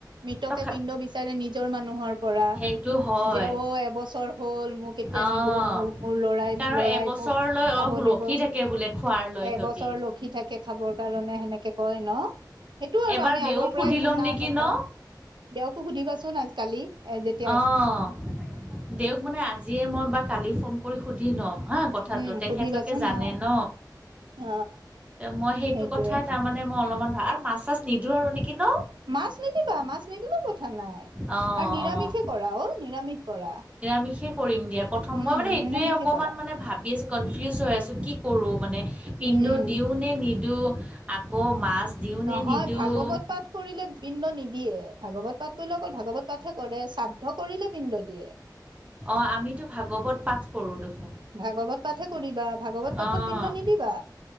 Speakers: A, on the right; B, on the right.
A: মৃতকে
B: তখা
A: পিণ্ড বিচাৰে নিজৰ মানুহৰ পৰা
B: সেইটো হয়
A: যে অ এবছৰ হ'ল মোক এতিয়া
B: অ'
A: এয়া দিব মোৰ মোৰ লৰাই
B: কাৰণ
A: ম লৰাই
B: এবছৰলৈ
A: মোক খাব
B: অ' ৰখি
A: দিব
B: থাকে বোলে খোৱাৰ লৈ
A: এবছৰ
B: সিহঁতি
A: লক্ষী থাকে খাবৰ কাৰণে সেনেকে কয় ন সেইটো আৰু
B: এবাৰ
A: আমি
B: দেউক
A: আগৰ
B: সুধি
A: পৰাই শুনা
B: ল'ম নেকি
A: কথা
B: ন
A: দেকো সুধিবাচোন আজ কালি যেয়া
B: অঁ দেক মানে আজিয়ে মই বা কালি ফোন কৰি সুধি ল'ম হা কথাটো
A: উম
B: তেখেতলোকে
A: সুধিবাচোন
B: জানে
A: অ
B: ন
A: অ
B: ত মই সেইটো
A: সেইটোয়ে
B: কথাই তাৰমানে মই অলপমান ভাল আৰু মাছ চাছ নিদিো আৰু নেকি ন
A: মাছ নিদিবা মাছ নিদিবও কথা নাই
B: অ'
A: আৰু নিামিষে
B: অ'
A: কৰাও নিামিষ কৰা
B: মষে কৰিম দিয়া প্ৰথম
A: উম
B: মই মানে সেইটোয়ে
A: নিৰামিষে
B: অকমান
A: কৰা
B: মানে ভাবি আছো কনফিউজ হৈ আছো কি কৰো মানে পিন্ধো
A: উম
B: দিও নে নিদিো আকৌ মাছ দিওঁ
A: নহয়
B: নে নিদিওঁ
A: ভাগৱত পাঠ কৰিলে বিন্দ নিদিয়ে ভাগৱত পাঠ কৰিলে অকল ভাগৱত পাঠহে কৰে শ্ৰাদ্ধ কৰিলে বিন্দ দিয়ে
B: অ আমিতো ভাগৱত পাঠ কৰোঁ দেখোন
A: ভাগৱত পাঠহে কৰিবা ভাগৱত পাঠত
B: আহ
A: পিণ্ড নিদিবা